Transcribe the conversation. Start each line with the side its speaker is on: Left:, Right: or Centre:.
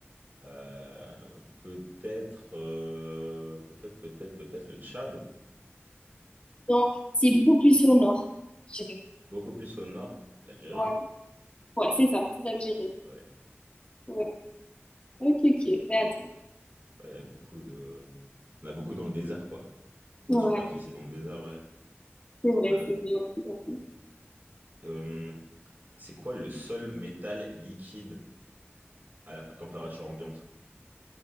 Right: Euh, peut-être, euh, peut-être, peut-être, peut-être le Tchad,
Left: Non, c'est beaucoup plus au nord, je dirais.
Right: beaucoup plus au nord, l'Algérie.
Left: Ouais, ouais, c'est ça, c'est l'Algérie.
Right: Ouais,
Left: Ouais. Ok, ok, mais attends.
Right: Ouais, il y a beaucoup de... On a beaucoup dans le désert, quoi. Beaucoup
Left: Ouais,
Right: de superficie dans le désert, ouais.
Left: c'est vrai,
Right: Ah,
Left: c'est vrai. ouais, c'est vrai.
Right: euh, c'est quoi le seul métal liquide à, la- à température ambiante?